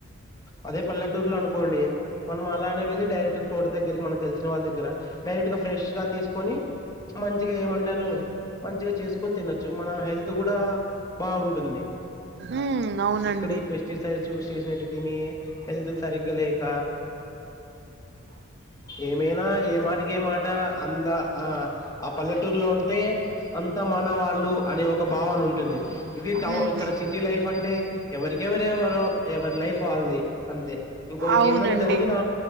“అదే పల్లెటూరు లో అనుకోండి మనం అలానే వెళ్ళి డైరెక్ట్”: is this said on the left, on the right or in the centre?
Left